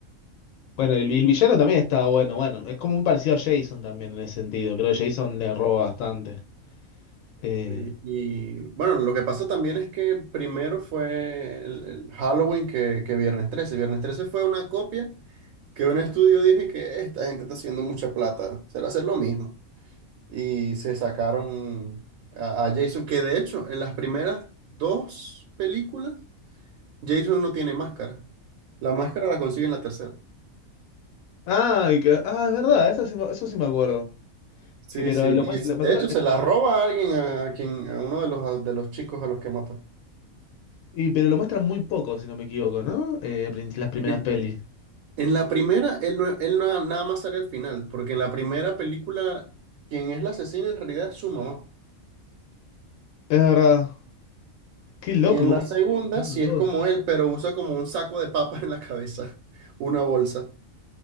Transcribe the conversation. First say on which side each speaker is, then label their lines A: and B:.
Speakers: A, on the left (about 80°); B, on the right (about 80°).
A: bueno, el, el villano también está bueno, bueno, es como un parecido a Jason también en ese sentido, creo que Jason le roba bastante. Eh,
B: Sí. Y bueno, lo que pasa también es que primero fue el, el Halloween que, que Viernes trece Viernes trece fue una copia que un estudio dijo y que esta gente está haciendo mucha plata, será hacer lo mismo. y se sacaron a, a Jason, que de hecho en las primeras dos películas Jason no tiene máscara. La máscara la consigue en la tercera.
A: Ah, y que- ah, es verdad, eso sí, me- eso sí me acuerdo.
B: Sí,
A: Que, pero,
B: sí,
A: lo,
B: y
A: muest-
B: Sí. es-
A: lo- me
B: de
A: acuerdo-
B: hecho se la roba a alguien, a, a quien, a uno de los, de los chicos a los que mata.
A: y, pero lo muestran muy poco, si no me equivoco, ¿no? Eh, prin- las primeras
B: En,
A: pelis.
B: en la primera, él, no, él no- nada más sale al final, porque en la primera película, quien es la asesina en realidad es su mamá.
A: Es verdad. Qué loco,
B: Y en
A: cómo
B: la segunda,
A: están utilizando
B: sí
A: todo.
B: es como él, pero usa como un saco de papas en la cabeza, <laughs> una bolsa.